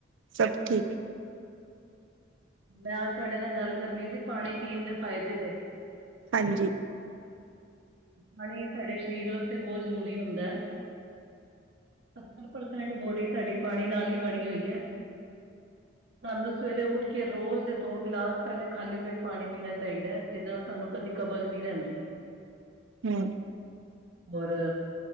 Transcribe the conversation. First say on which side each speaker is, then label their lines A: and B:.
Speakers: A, on the right; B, on the right.
A: ਸਭ ਠੀਕ
B: ਮੈਂ ਅੱਜ ਤੁਹਾਡੇ ਨਾਲ ਗੱਲ ਕਰਨੀ ਸੀ ਪਾਣੀ ਪੀਣ ਦੇ ਫਾਇਦੇ ਤੇ
A: ਹਾਂਜੀ ਈ
B: ਪਾਣੀ ਸਾਡੇ ਸਰੀਰ ਵਾਸਤੇ ਬਹੁਤ ਜ਼ਰੂਰੀ ਹੁੰਦਾ ਐ ਸੱਤਰ ਪਰਸੈਂਟ ਬੋਡੀ ਸਾਡੀ ਪਾਣੀ ਨਾਲ ਹੀ ਬਣੀ ਹੋਈ ਐ ਸਾਨੂੰ ਸਵੇਰੇ ਉੱਠ ਕੇ ਰੋਜ਼ ਦੇ ਦੋ ਗਿਲਾਸ ਪਹਿਲੇ ਖਾਲੀ ਪੇਟ ਪਾਣੀ ਪੀਣਾ ਚਾਹੀਦਾ ਐ ਜਿਦੇ ਨਾਲ ਸਾਨੂੰ ਕਦੀ ਕਬਜ਼ ਨੀਂ ਰਹਿੰਦੀ ਈ
A: ਹੂੰ
B: ਬੋਰ ਆ